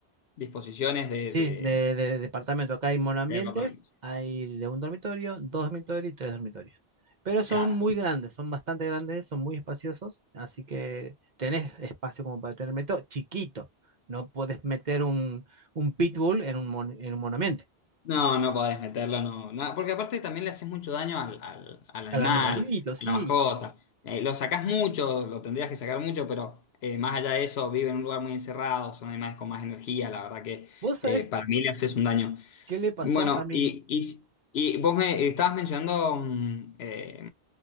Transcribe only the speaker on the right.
Sí,
de, de departamento. Acá hay monoambientes,
hay de un dormitorio, dos dormitorios y tres dormitorios. Pero son
muy grandes, son bastante grandes, son muy espaciosos, así que tenés espacio como para tener meto chiquito. No podés meter un, un pitbull en un, mon- en un monoambiente.
Al animalito, sí.
¿Vos sabés
qué le pasó
a mi...